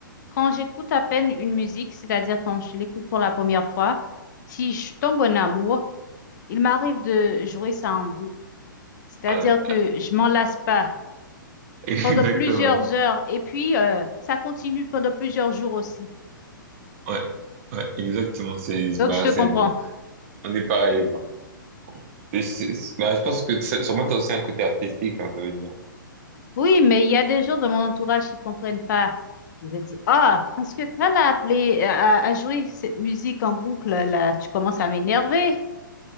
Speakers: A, on the left; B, on the right.
A: quand j'écoute à peine une musique, c'est-à-dire quand je l'écoute pour la première fois, si je tombe en bon amour, il m'arrive de jouer ça en boucle. C'est-à-dire
B: Ouais,
A: que je m'en lasse pas
B: <laughs>
A: pendant
B: exactement.
A: plusieurs heures et puis euh, ça continue pendant plusieurs jours aussi.
B: Ouais, ouais, exactement. C'est,
A: Donc,
B: bah,
A: je te
B: c'est,
A: comprends.
B: on est pareil. bah. C'est- c'est- c'est- bah, je pense que ça- sûrement t'as aussi un côté artistique, hein, ça veut dire.
A: Oui, mais il y a des gens dans mon entourage qui comprennent pas. Ils ont dit, ah, parce que tu l'as appelé euh, à, à jouer cette musique en boucle, là, tu commences à m'énerver.